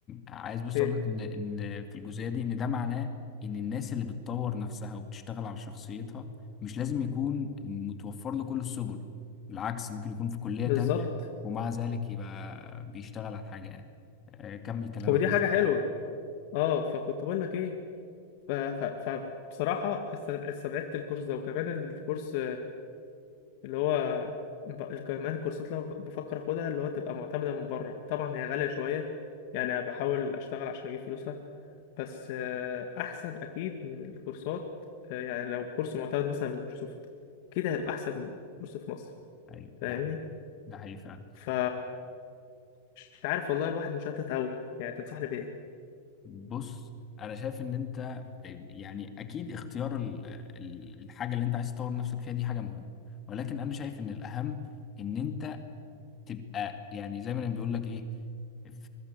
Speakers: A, on the left (about 30°); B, on the left (about 55°).
A: عايز بس
B: ايه
A: اقول لك ان ان في الجزئيه دي ان ده معناه ان الناس اللي بتطور نفسها وبتشتغل على شخصيتها مش لازم يكون متوفر له كل السبل بالعكس ممكن يكون في كليه
B: بالظبط
A: تانية ومع ذلك يبقى بيشتغل على حاجه يعني آه، كمل كلامك
B: ودي حاجة حلوة اه فكنت بقول لك ايه ف... ف... ف... بصراحة استبعدت الكورس ده وكمان الكورس اللي هو ب- كمان الكورسات اللي أنا بفكر اخدها اللي هو تبقى معتمدة من بره طبعا هي غالية شوية يعني أنا بحاول اشتغل عشان اجيب فلوسها بس آه، احسن اكيد من الكورسات آه، يعني لو كورس معتمد مثلا من مايكروسوفت اكيد هيبقى احسن من كورس في مصر
A: ايوه
B: فاهمني
A: ده حقيقي ده حقيقي فعلا
B: ف مش عارف والله الواحد مشتت اوي يعني تنصحني بايه
A: بص انا شايف ان انت آه، يعني اكيد اختيار ال- ال- الحاجه اللي انت عايز تطور نفسك فيها دي حاجه مهمه ولكن انا شايف ان الاهم ان انت تبقى يعني زي ما بيقول لك ايه في